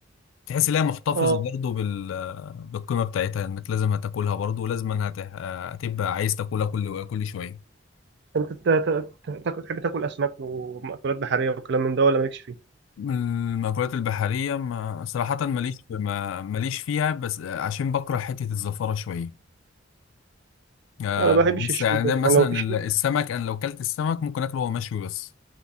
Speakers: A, on the left; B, on the right.
A: تحس ان هي محتفظه
B: اه
A: برضه بال... بالقيمه بتاعتها انك لازم هتاكلها برضه ولازم هت... هتبقى عايز تاكلها كل كل شويه
B: طب أنت تا- تا- تا- تحب تاكل اسماك ومأكولات بحريه والكلام من ده ولا مالكش فيه
A: من المأكولات البحريه ما... صراحه ماليش في- ما... ماليش فيها بس عشان بكره حته الزفاره شويه آه،
B: انا ما بحبش
A: بس
B: الشوي
A: يعني ده
B: بس
A: مثلا
B: يعني لو في شوي
A: ال- السمك انا لو كلت السمك ممكن اكله وهو مشوي بس